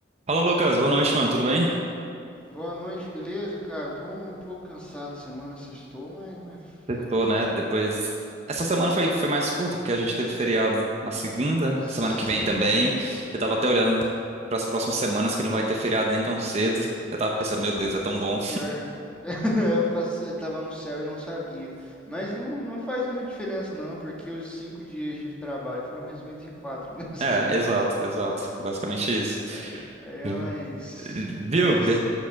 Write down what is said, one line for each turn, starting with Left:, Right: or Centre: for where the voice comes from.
Right: Fala, Lucas. Boa noite, mano. Tudo bem?
Centre: Boa noite, beleza, cara? Tô um pouco cansado semana, sextou, mas, mas fazer
Right: Tô,
Centre: o que
Right: né?
Centre: é?
Right: Depois. Essa semana foi, foi mais curta, porque a gente teve feriado na segunda,
Centre: Sim,
Right: semana que vem também. Eu tava até olhando para as próximas semanas que não vai ter feriado nem tão cedo. Eu tava pensando, meu Deus,
Centre: putz,
Right: é tão bom.
Centre: pior. <laughs> Eu passei- tava no céu e não sabia. Mas não, não faz muita diferença não, porque os cinco dias de trabalho foram resumidos em quatro <laughs> nessa
Right: É,
Centre: semana.
Right: exato, exato. Basicamente isso.
Centre: Aí, aí é
Right: Sim.
Centre: mais...
Right: Viu?
Centre: Mas...
Right: De-